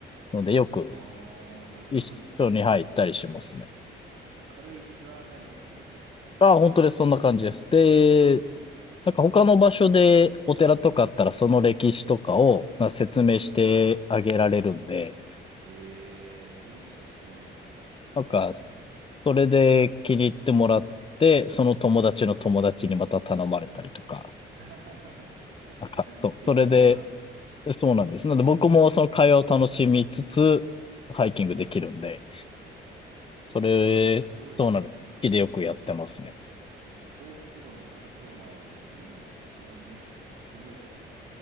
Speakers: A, on the left; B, on the right.
A: ので、よく
B: ああ、なるほど。
A: 一緒に、はい、行ったりしますね。
B: まあ、軽いツアーガイドみたいな
A: あ、本当です。そんな感じです。で、
B: 感じですよね。
A: なんか他の場所でお寺とかあったらその歴史とかをな説明してあげられるんで、
B: ええ、そういう知識も
A: なんか
B: あるんですね。
A: それで気に入ってもらって、その友達の友達にまた頼まれたりとか、
B: <laughs>
A: なんか、そう、
B: リピートが。
A: それで、そうなんです。なので僕もその会話を楽しみつつ、ハイキングできるんで、それ、
B: ええ、すごい。
A: そうなんです。好きでよくやってますね。
B: なんか幸福度の高そうな趣味をお持ちですね。<laughs> すごいですね。